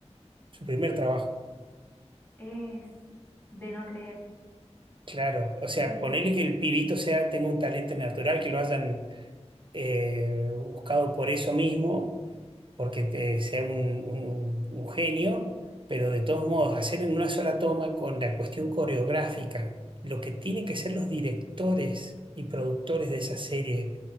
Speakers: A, on the right; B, on the left.
A: su primer trabajo.
B: es de no creer.
A: Claro, o sea,
B: Eh,
A: ponele que el pibito sea, tenga un talento natural, que lo hayan eh, buscado por eso mismo, porque eh, sea un, un- un genio, pero de todos modos, hacer en una sola toma con la cuestión coreográfica, lo que tienen que ser los directores y productores de esa serie,